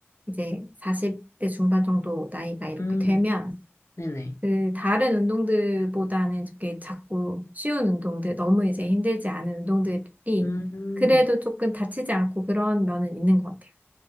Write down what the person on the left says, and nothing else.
음,
네네.
음.